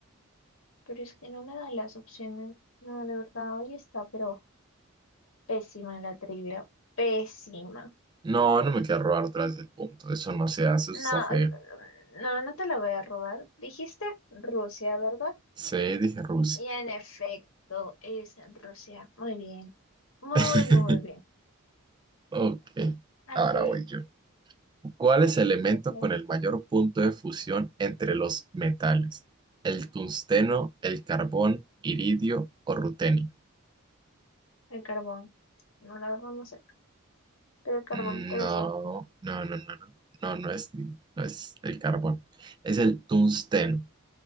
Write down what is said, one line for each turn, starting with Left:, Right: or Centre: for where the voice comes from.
Left: pero es que no me da las opciones. No, de verdad, hoy está, pero... Pésima la trivia, pésima.
Right: No, no me quiero robar otra vez el punto. Eso no se hace, eso está
Left: No,
Right: feo.
Left: no, no te la voy a robar. Dijiste Rusia, ¿verdad?
Right: C, dije Rusia.
Left: Y en efecto, es Rusia. Muy bien, muy,
Right: <laughs>
Left: muy bien.
Right: Ok, ahora
Left: Aquí,
Right: voy yo. ¿Cuál es el elemento
Left: aquí,
Right: con el mayor punto de fusión entre los metales? ¿El tungsteno, el carbón, iridio o rutenio?
Left: el carbón. No la verdad no sé, pero el carbón
Right: Mm,
Left: debe
Right: No,
Left: ser.
Right: no, no, no, no, no, no es, ni- no es el carbón, es el tungsteno.